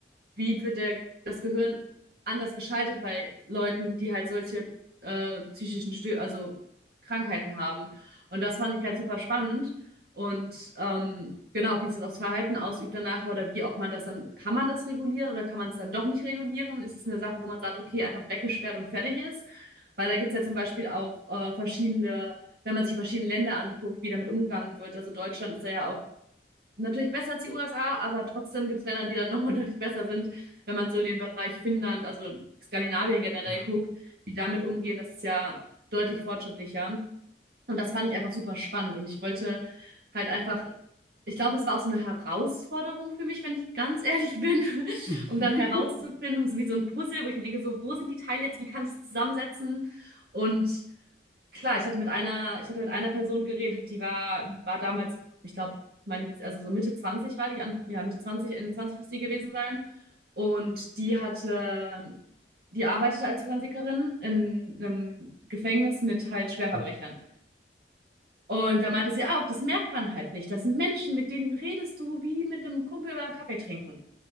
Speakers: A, on the right; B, on the right.
A: wie wird der, das Gehirn anders geschaltet bei Leuten, die halt solche äh, psychischen Stö also Krankheiten haben. Und das fand ich halt super spannend. Und ähm, genau, wie sich das Verhalten ausübt danach oder wie auch man das dann, kann man das regulieren oder kann man es dann doch nicht regulieren? Ist es eine Sache, wo man sagt, okay, einfach weggesperrt und fertig ist? Weil da gibt's ja zum Beispiel auch äh, verschiedene, wenn man sich verschiedene Länder anguckt, wie damit umgegangen wird. Also Deutschland ist da ja auch natürlich besser als die USA, aber trotzdem gibt es Länder, die dann <laughs> nochmal deutlich besser sind, wenn man so in den Bereich Finnland, also Skandinavien generell
B: Ja.
A: guckt, die damit umgehen, das ist ja deutlich fortschrittlicher. Und das fand ich einfach super spannend und ich wollte halt einfach, ich glaube, es war auch so eine Herausforderung für mich, wenn ich ganz ehrlich bin, <laughs>
B: <laughs>
A: um dann herauszufinden, so wie so ein Puzzle, wo ich mir denke, so, wo sind die Teile jetzt, wie kann ich sie zusammensetzen? Und klar, ich hatte mit einer, ich hatte mit einer Person geredet, die war, war damals, ich glaube, meine, also so Mitte 20 war die, an, ja, Mitte 20 Ende 20 müsste die gewesen sein. Und die hatte, die arbeitete als Forensikerin in einem Gefängnis mit halt Schwerverbrechern.
B: mhm.
A: Und da meinte sie auch, das merkt man halt nicht. Das sind Menschen, mit denen redest du wie mit einem Kumpel beim Kaffee trinken.